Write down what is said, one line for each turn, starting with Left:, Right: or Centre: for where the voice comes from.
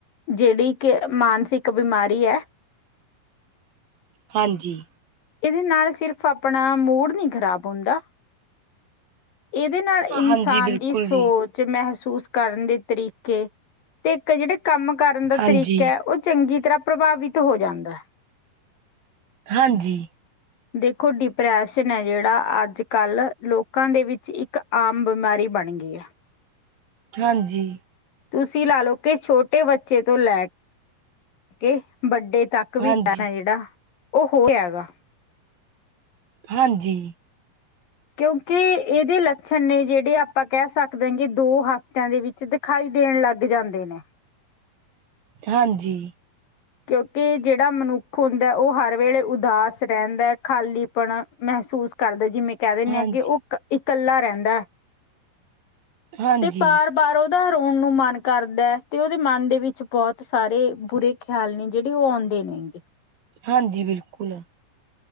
Left: ਜਿਹੜੀ ਕਿ ਮਾਨਸਿਕ ਬਿਮਾਰੀ ਹੈ,
Right: ਹਾਂਜੀ-
Left: ਇਹਦੇ ਨਾਲ ਸਿਰਫ਼ ਆਪਣਾ ਮੂਡ ਨਹੀਂ ਖ਼ਰਾਬ ਹੁੰਦਾ, ਇਹਦੇ ਨਾਲ ਇਨਸਾਨ
Right: ਹਾਂਜੀ ਬਿਲਕੁਲ
Left: ਦੀ ਸੋਚ,
Right: ਜੀ
Left: 'ਚ ਮਹਿਸੂਸ ਕਰਨ ਦੇ ਤਰੀਕੇ ਤੇ ਇੱਕ ਜਿਹੜੇ ਕੰਮ ਕਰਨ ਦਾ
Right: ਹਾਂਜੀ
Left: ਤਰੀਕਾ ਹੈ ਉਹ ਚੰਗੀ ਤਰ੍ਹਾਂ ਪ੍ਰਭਾਵਿਤ ਹੋ ਜਾਂਦਾ ਹੈ।
Right: ਹਾਂਜੀ
Left: ਦੇਖੋ ਡਿਪਰੈਸ਼ਨ ਐ ਜਿਹੜਾ, ਅੱਜ-ਕੱਲ੍ਹ ਲੋਕਾਂ ਦੇ ਵਿੱਚ ਇੱਕ ਆਮ ਬਿਮਾਰੀ ਬਣ ਗੀ ਆ‌।
Right: ਹਾਂਜੀ।
Left: ਤੁਸੀਂ ਲਾ ਲਓ ਕਿ ਛੋਟੇ ਬੱਚੇ ਤੋਂ ਲੈ ਕੇ ਵੱਡੇ ਤੱਕ, ਇਕ ਵੀ
Right: ਹਾਂਜੀ
Left: ਡ ਜਿਹੜਾ ਉਹ ਹੋਇਆ ਗਾ।
Right: ਹਾਂਜੀ।
Left: ਕਿਉਂਕਿ ਇਹਦੇ ਲੱਛਣ ਨੇ ਜਿਹੜੇ ਆਪਾਂ ਕਹਿ ਸਕਦੇ ਹਾਂ ਕਿ ਦੋ ਹਫ਼ਤਿਆਂ ਦੇ ਵਿੱਚ ਵਿੱਚ ਦਿਖਾਈ ਦੇਣ ਲੱਗ ਜਾਂਦੇ ਨੇ
Right: ਹਾਂਜੀ-
Left: ਕਿਉਂਕਿ ਜਿਹੜਾ ਮਨੁੱਖ ਹੁੰਦਾ ਉਹ ਹਰ ਵੇਲੇ ਉਦਾਸ ਰਹਿੰਦਾ, ਖਾਲੀਪਣ ਮਹਿਸੂਸ ਕਰਦਾ, ਜਿਵੇਂ ਕਹਿ ਦਿੰਨੇ
Right: ਹਾਂਜੀ
Left: ਆ ਕਿ ਉਹ ਕ ਇਕੱਲਾ ਰਹਿੰਦਾ।
Right: ਹਾਂਜੀ
Left: ਤੇ ਪਾਰ ਬਾਰ ਉਹਦਾ ਰੋਣ ਨੂੰ ਮਨ ਕਰਦਾ ਹੈ ਤੇ ਉਹਦੇ ਮਨ ਦੇ ਵਿੱਚ ਬਹੁਤ ਸਾਰੇ ਬੁਰੇ ਖਿਆਲ ਨੇ ਜਿਹੜੇ ਉਹ ਆਉਂਦੇ ਨੇ ਗੇ-
Right: ਹਾਂਜੀ, ਬਿਲਕੁੱਲ।